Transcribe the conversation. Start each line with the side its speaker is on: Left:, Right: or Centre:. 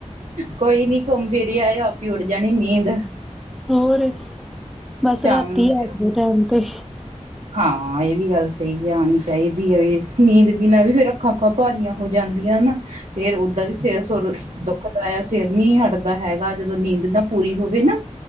Right: ਕੋਈ ਨੀ ਘੁੰਮ ਫਿਰ ਆਯੋ ਆਪੀ ਉੱਡ ਜਾਣੀ ਨੀਂਦ।
Centre: ਹੋਰ, ਬਸ
Right: ਸ਼ਾਮ
Centre: ਰਾਤੀ
Right: ਨੂੰ
Centre: ਆ
Right: ਫਿਰ
Centre: ਜਾਵੇ ਟੈਮ ਤੇ।
Right: ਹਾਂ, ਏ ਵੀ ਗੱਲ ਸਈ ਆ, ਆਣੀ ਚਾਈਦੀ ਐ ਵੀ ਨੀਂਦ ਬਿਨਾ ਵੀ ਫੇਰ ਅੱਖਾਂ-ਉੱਖਾ ਭਾਰੀਆਂ ਹੋ ਜਾਂਦੀਆਂ ਨਾ, ਫੇਰ ਓਦਾਂ ਵੀ ਸਿਰ ਸੁਰ ਦੁੱਖ ਦਾ ਐ, ਸਿਰ ਨੀ ਹਟਦਾ ਹੈਗਾ, ਜਦੋਂ ਨੀਂਦ ਨਾ ਪੂਰੀ ਹੋਵੇ ਨਾ